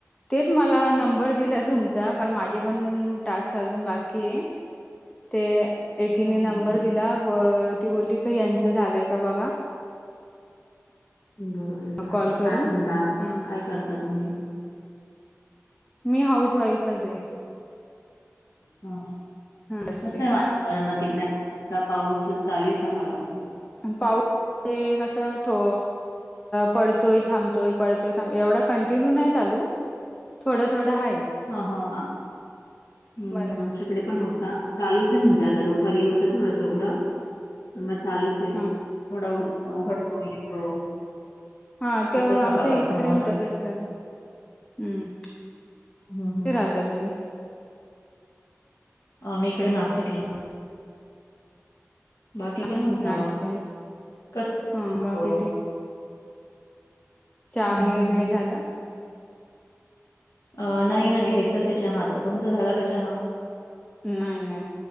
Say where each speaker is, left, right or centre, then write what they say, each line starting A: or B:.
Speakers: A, on the left; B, on the left.
A: तेच मला नंबर दिला तुमचा कारण माझे पण टास्क आजून बाकी आहेत. ते एकीने
B: हां, हां,
A: नंबर
B: हां.
A: दिला ती बोलली का यांच झालय का बघा.
B: बर चालेल
A: कॉल
B: काय
A: करून
B: म्हणता
A: ह
B: काय करता तुम्ही?
A: मी हाऊस वाईफच आहे.
B: ह
A: हा असते
B: कस वाट बघा ना तिकडे पाऊस चालू आहे सकाळपासून.
A: आणि पाऊस ते कस थो पडतोय थांबतोय पडतोय थांब एवढा कंटिन्यू नाही चालू. थोडा थोडा हाय.
B: हां हां हम्म
A: बरं
B: आमच्याकडे पण होता चालूच आहे म्हणजे आता दुपारी होता थोडस उघडा. पण मग चालूच आहे
A: हा
B: थोडा उ उघडतो येतो.
A: हां
B: चालूच
A: तेव्हा
B: आहे सकाळपासून.
A: आमच्या इकडे
B: हो
A: पण
B: ना.
A: तसच आहे. हम्म
B: हं, हं.
A: कुठे राहता तुम्ही?
B: आम्ही इकडे नाशिकला. बाकी
A: नाश
B: काय म्हणता
A: नाशिकच्या
B: मग?
A: आहेत.
B: <inaudible> कस
A: हा
B: हो.
A: बाकी चा
B: हं,
A: आणी
B: हं,
A: वगैरे
B: हं.
A: झालं?
B: अ नाही ना घ्यायचच ये चहा, तर तुमचा झाला का चहा?
A: नाही नाही.